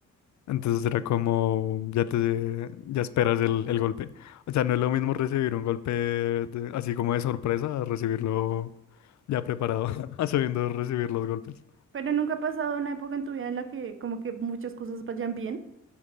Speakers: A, on the left; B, on the right.
A: Entonces era como, ya te, ya esperas el, el golpe. O sea, no es lo mismo recibir un golpe de- así como de sorpresa a recibirlo ya preparado, <laughs> a sabiendo recibir los golpes.
B: Pero nunca ha pasado una época en tu vida en la que como que muchas cosas vayan bien,